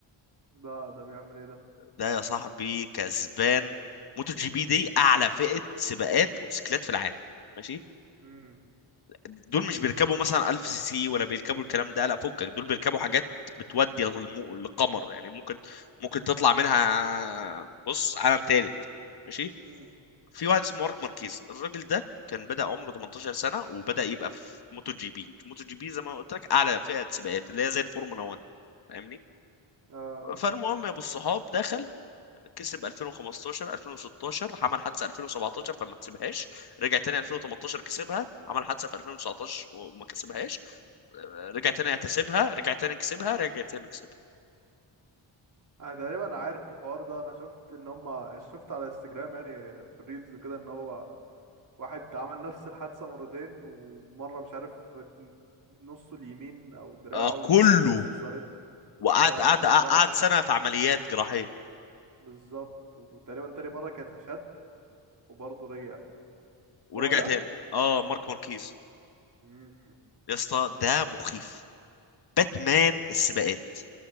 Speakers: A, on the right; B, on the left.
A: ده ده بيعمل ايه ده
B: ده يا صاحبي كسبان موتو جي بي دي اعلى فئة سباقات موتوسيكلات في العالم ماشي
A: امم
B: دول مش بيركبوا مثلا 1000 سي سي ولا بيركبوا الكلام ده لا فكك دول بيركبوا حاجات بتودي للم- للقمر يعني ممكن ممكن تطلع منها بص عالم تالت ماشي
A: امم
B: في واحد اسمه مارك ماركيز الراجل ده كان بدأ عمره 18 سنة وبدأ يبقى في موتو جي بي موتو جي بي زي ما قلت لك أعلى فئة سباقات اللي هي زي الفورمولا 1 فاهمني
A: آه.
B: فالمهم يا ابو الصحاب دخل كسب 2015 2016 عمل حادثه 2017 فما كسبهاش رجع تاني 2018 كسبها عمل حادثه في 2019 وما كسبهاش رجع تاني كسبها رجع تاني كسبها رجع تاني كسبها
A: انا تقريبا عارف الحوار ده انا شفت ان هما شفت على انستجرام يعني في الريلز وكده ان هو واحد عمل نفس الحادثة مرتين ومرة مش عارف نصه اليمين او دراعه
B: آه كله
A: اتكسرت
B: وقعد
A: اه
B: قعد
A: في
B: قعد
A: المرة
B: سنه في عمليات جراحيه
A: بالظبط وتقريبا تاني مرة كانت اشد وبرضه رجع
B: ورجع
A: هو ده
B: تاني اه مارك ماركيز
A: امم
B: يا اسطى ده مخيف باتمان السباقات